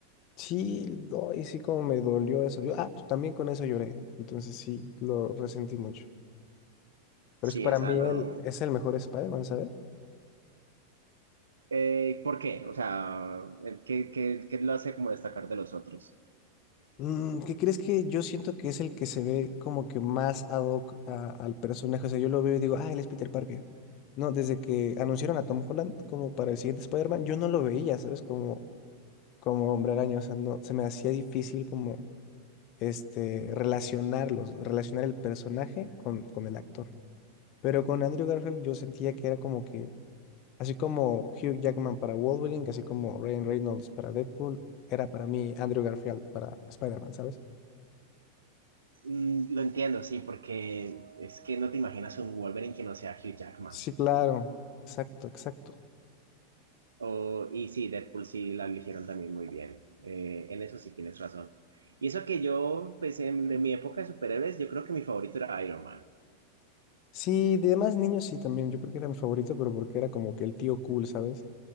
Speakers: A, on the left (about 40°); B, on the right (about 70°).
A: Sí, do- y sí como me dolió eso. Yo, ah, pues también con eso lloré. Entonces sí, lo resentí mucho. Pero
B: Sí,
A: es que para
B: esa
A: mí
B: no,
A: él es el mejor Spider-Man, ¿sabes?
B: Eh, ¿por qué? O sea, eh, ¿qué, qué, qué lo hace como destacar de los otros?
A: Mm, ¿Qué crees que yo siento que es el que se ve como que más ad hoc a- al personaje? O sea, yo lo veo y digo, ah, él es Peter Parker. No, desde que anunciaron a Tom Holland como para el siguiente Spider-Man, yo no lo veía, ¿sabes? Como, como Hombre Araña, o sea, no, se me hacía difícil como este, relacionarlos, relacionar el personaje con, con el actor. Pero con Andrew Garfield yo sentía que era como que, así como Hugh Jackman para Wolverine, así como Ryan Reynolds para Deadpool, era para mí Andrew Garfield para Spider-Man, ¿sabes?
B: Mm, lo entiendo, sí, porque es que no te imaginas un Wolverine que no sea Hugh Jackman.
A: Sí, claro, exacto, exacto.
B: O- y sí, Deadpool sí la eligieron también muy bien. Eh, en eso sí tienes razón. Y eso que yo, pues en, en mi época de superhéroes, yo creo que mi favorito era Iron Man.
A: Sí, de demás niños sí también, yo creo que era mi favorito, pero porque era como que el tío cool, ¿sabes?